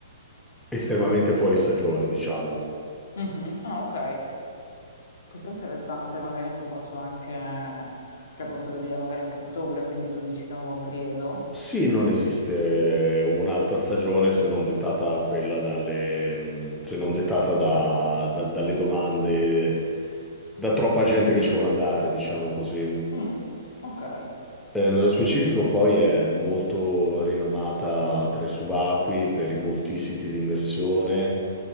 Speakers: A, in the centre; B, on the left (about 60°).
A: estremamente fuori stagione, diciamo.
B: Mhm. Ah, ok. Questo è interessante, magari mi posso anche, cioè posso vedere magari anche a ottobre, quindi tu dici che è un buon periodo.
A: Sì, non esiste un'altra stagione se non dettata quella dalle, mh, se non dettata da- da- dalle domande, da troppa gente che ci vuole andare, diciamo così.
B: Mm. Ok.
A: Eh, nello specifico poi è molto rinomata tra i subacquei per i molti siti di immersione,